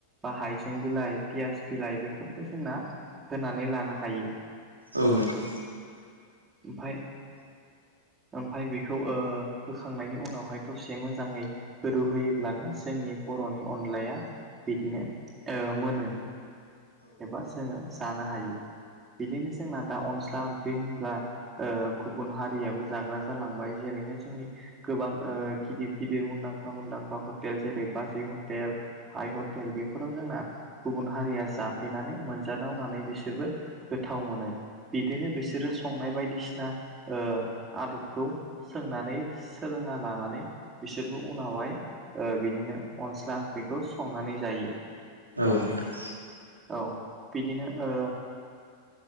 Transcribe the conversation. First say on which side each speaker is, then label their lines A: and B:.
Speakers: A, on the right; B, on the right.
A: बा हाइजें बिलाइ पियास बिलाइ बेफोरखौ जोंना होनानै लानो हायो।
B: औ नोंथां।
A: ओमफ्राय ओमफ्राय बेखौ ओ होखांनायनि उनाव उनावहाय दसे मोजांङै गोदौ होयोब्लानो जोंनि बर'नि अनलाया बिदिनो ओ मोनो। एबा जोंङो जानो हायो बिदिनो जोंना दा अनला अनला ओंख्रि होनब्ला ओ गुबुन हारियाबो जाग्रा जालांबाय जेरैहाय जोंनि गोबां ओ गिदिर गिदिर मुंदांखा मुंदांखा हटेल जेरै बाजै हटेल हाइ हटेल बेफोराव जो जोंना गुबुन हारिया जाफैनानै मोनजादावनानै बिसोरबो गोथाव मोनो। बिदिनो बिसोरो संनाय बायदिसिना ओ आदबखौ सोंनानै सोलोंना लानो नानै बिसोरबो उनावहाय बिदिनो अनस्ला ओंख्रिखौ संनानै जायो।
B: औ नोंथां।
A: औ बिदिनो ओ